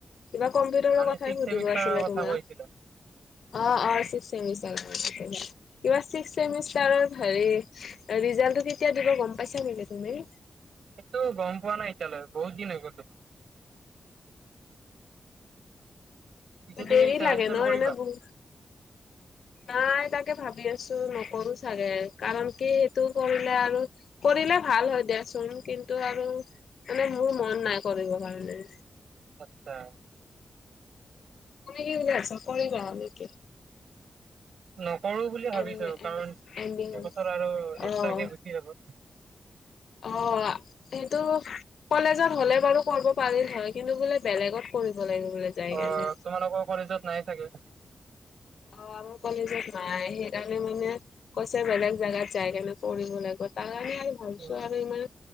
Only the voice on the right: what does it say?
মানে
ছিক্স
চেমিষ্টাৰৰ
কথা
কৈছিলা
এইটো গম পোৱা নাই এতিয়ালৈ বহুত দিন হৈ গ'ল পিছে
তুমি ছেভেন
চেম
কৰিবা?
আচ্ছা
নকৰো বুলি ভাবিছো
কাৰণ
এইবছৰ আৰু
এক্সট্ৰাকে গুচি যাব
অ
তোমালোকৰ কলেজত নাই চাগে
উম,